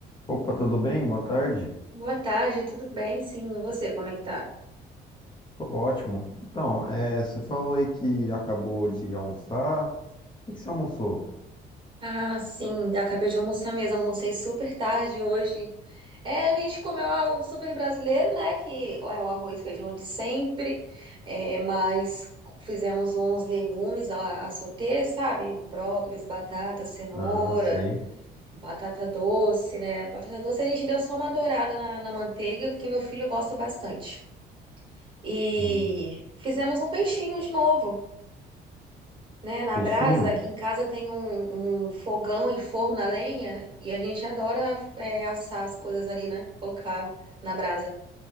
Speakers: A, on the left; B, on the right.
A: Opa, tudo bem? Boa tarde.
B: Boa tarde, tudo bem? Sim, e você, como é que tá?
A: Tô Ótimo. Então, é, você falou aí que acabou de almoçar. O que que você almoçou?
B: Ah, sim, acabei de almoçar mesmo, almocei super tarde hoje. É, a gente comeu algo super brasileiro, né? Que é o arroz e feijão de sempre, é, mas fizemos uns legumes a, a sauter, sabe? Brócolis, batata, cenoura,
A: Ah, sei.
B: batata doce, né? Batata doce a gente deu só uma dourada na, na manteiga, porque meu filho gosta bastante. E
A: Hum,
B: fizemos um peixinho de novo. né, na
A: Peixinho?
B: brasa, aqui em casa tem um, um fogão e forno a lenha, e a gente adora é, assar as coisas ali, né? Colocar na brasa.